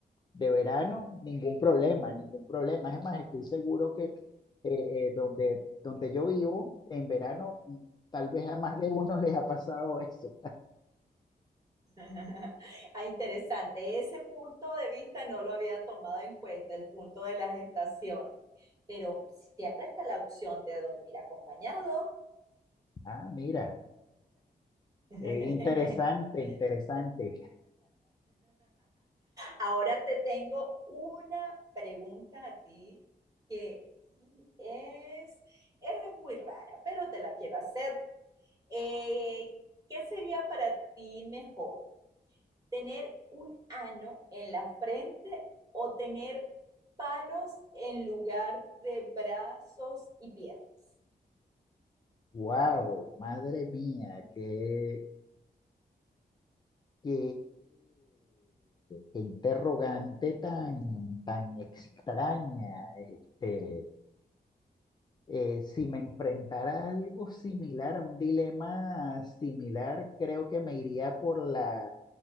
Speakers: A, on the left; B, on the right.
A: de verano, ningún problema, ningún problema. Es más, estoy seguro que eh, eh, donde, donde yo vivo, en verano, mm, tal vez a más de uno <laughs> les ha pasado eso.
B: <laughs> Ah, interesante. Ese punto de vista no lo había tomado en cuenta, el punto de las estaciones, pero siempre está la opción de dormir acompañado.
A: Ah, mira,
B: <laughs>
A: eh, interesante, interesante.
B: Ahora te tengo una pregunta a ti que es, es muy rara, pero te la quiero hacer. Eh, ¿qué sería para ti mejor? tener un ano en la frente o tener palos en lugar de brazos y piernas.
A: Wow, madre mía, qué, Qué, qué interrogante tan, tan extraña. Este, eh, si me enfrentara a algo similar, a un dilema similar, creo que me iría por la,